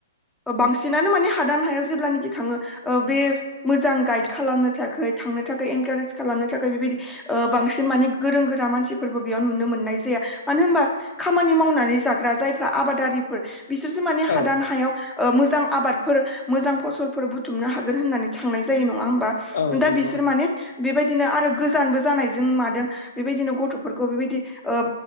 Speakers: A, in the centre; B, on the left.
A: बांसिनानो माने हादान हायाव जेब्लानाखि थाङो ओ बे मोजां गाइद खालामनो थाखाय थांनो थाखाय इनकारेज खालामनो थाखाय बेबायदि ओ बांसिन माने गोरों गोरा मानसिफोबो बेयाव नुनो मोननाय जाया मानो होमबा खामानि मावनानै जाग्रा जायफ्रा आबादारिफोर बिसोरसो माने हादान
B: औ
A: हायाव ओ मोजां आबादफोर, मोजां फसलफोर बुथुमनो हागोन होननानै थांनाय जायो नङा होमबा।
B: औ
A: दा
B: नंगौ
A: बिसोर माने बेबायदिनो आरो गोजानबो जानायजों मादों बेबायदिनो गथ'फोरखौ बेबायदि ओ